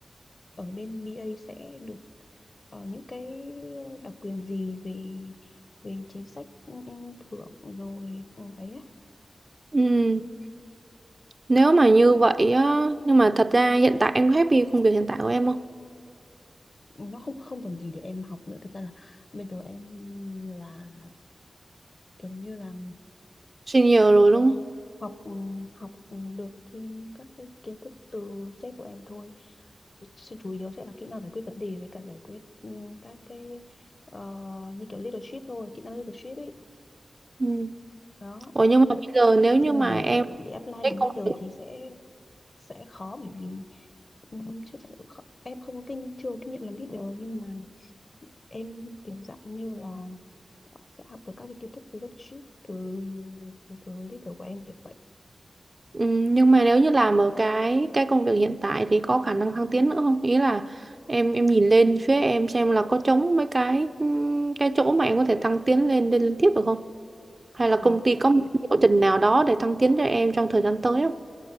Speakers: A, on the left (about 50°); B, on the right (about 45°).
A: ở bên BA sẽ được ờ, những cái đặc quyền gì về về chính sách ừ, ừ, thưởng rồi ừ, ấy á.
B: ừ, nếu mà như vậy á, nhưng mà thật ra hiện tại em happy công việc hiện tại của em không?
A: nó không không còn gì để em học nữa thực ra là bây giờ em là kiểu như là
B: Senior rồi đúng không?
A: học ừ, học được thêm các cái kiến thức từ sếp của em thôi sự chủ yếu sẽ là kỹ năng giải quyết vấn đề với cả giải quyết ừ, các cái ờ, như kiểu leadership thôi kỹ năng leadership ấy
B: Ừ.
A: đó
B: Ủa nhưng mà bây giờ nếu như
A: nhưng
B: mà
A: mà để
B: em
A: để apply
B: cái
A: làm
B: công
A: leader thì sẽ sẽ khó bởi vì ừ, chứ, kh- em không có kinh chưa có kinh nghiệm làm leader nhưng mà em kiểu dạng như là sẽ học được các cái kiến thức từ leadership từ từ, từ leader của em kiểu vậy
B: Ừ, nhưng mà nếu như làm ở cái cái công việc hiện tại thì có khả năng thăng tiến nữa không? Ý là em em nhìn lên phía em xem là có trống mấy cái ừm, cái chỗ mà em có thể thăng tiến lên lên liên tiếp được không? Hay
A: khó
B: là công ty có một cái lộ trình nào đó để thăng tiến cho em trong thời gian tới không?